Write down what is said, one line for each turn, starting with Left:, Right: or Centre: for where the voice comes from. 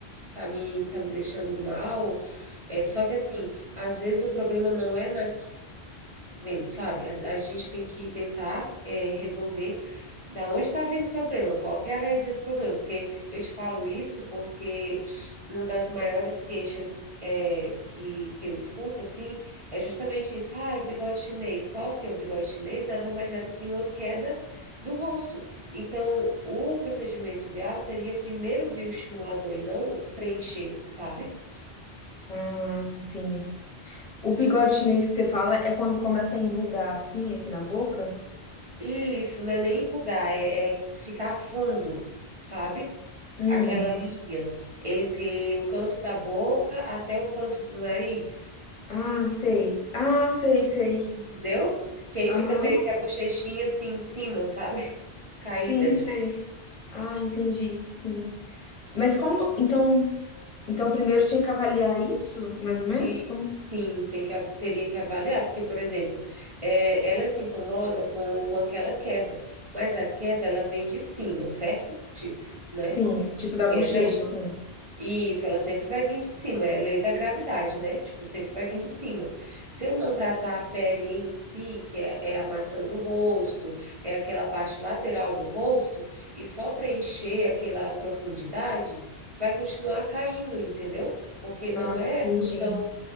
Right: tá me, tá me deixando mal. É, só que assim, às vezes o problema não é na vendo, sabe? A, a gente tem que tentar é, resolver da onde está vindo o problema, qual que é a raiz desse problema, porque eu te falo isso porque uma das maiores queixas é, que, que eu escuto, assim, é justamente isso, ah, é o bigode chinês, só que o bigode chinês nada mais é do que uma queda do rosto. Então, o procedimento ideal seria primeiro o bioestimulador e não preencher, sabe?
Left: Ah, sim. O bigode chinês que você fala é quando começa a enrugar assim aqui na boca?
Right: Isso, não é nem enrugar, é, é ficar fundo, sabe?
Left: Hum.
Right: Aquela linha entre o canto da boca até o canto do nariz,
Left: Ah, sei. Ah, sei, sei.
Right: entendeu? Que aí
Left: Aham.
Right: fica meio que a bochechinha assim em cima, sabe? <laughs> Caída.
Left: Sim, sei. Ah, entendi. Sim. Mas como. Então, então primeiro tinha que avaliar isso, mais ou menos?
Right: E
Left: Como?
Right: sim, tem que, a- teria que avaliar, porque, por exemplo, é, ela se incomoda com, com aquela queda, mas a queda ela vem de cima, certo? Tipo, né?
Left: Sim, tipo da
Right: Queda
Left: bochecha, assim.
Right: Isso, ela sempre vai vir de cima, é a lei da gravidade, né? Tipo, sempre vai vir de cima. Se eu não tratar a pele em si, que é, é a maçã do rosto, é aquela parte lateral do rosto, e só preencher aquela profundidade, vai continuar caindo, entendeu? Porque não
Left: Ah,
Right: é
Left: entendi.
Right: a questão,